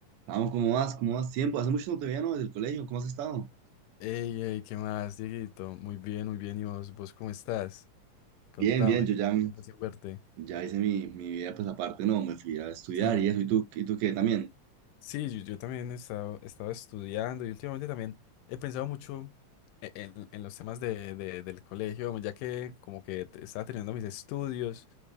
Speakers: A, on the right; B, on the left.
A: Vamos, ¿cómo vas? ¿Cómo vas? Tiempo, hace mucho no te veía, ¿no? Desde el colegio, ¿cómo has estado?
B: Ey, ey, ¿qué más, Dieguito? Muy bien, muy bien. ¿Y vos, vos cómo estás? Contame.
A: Bien, bien, yo ya,
B: Tiempo sin verte.
A: ya hice mi, mi vida, pues aparte, no, me fui a estudiar
B: Sí.
A: y eso, ¿y tú, y tú qué también?
B: Sí, yo, yo también he estado, he estado estudiando y últimamente también he pensado mucho e- en, en los temas de, de- del colegio, ya que como que te- estaba terminando mis estudios,